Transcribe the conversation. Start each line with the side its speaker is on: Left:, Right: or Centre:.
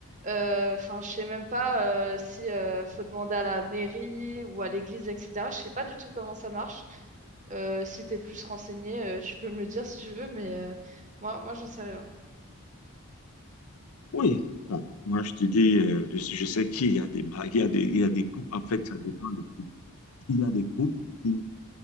Right: Euh, Enfin, je sais même pas euh, si euh, faut demander à la mairie ou à l'église, etc. Je sais pas du tout comment ça marche. Euh, si t'es plus renseigné, euh, tu peux me le dire si tu veux, mais euh, moi, moi, j'en sais rien.
Left: Oui, bon, moi, je te dis, euh, de- je sais qu'il y a des mari- il y a des, il y a des couples, en fait, ça dépend des couples. Il y a des couples qui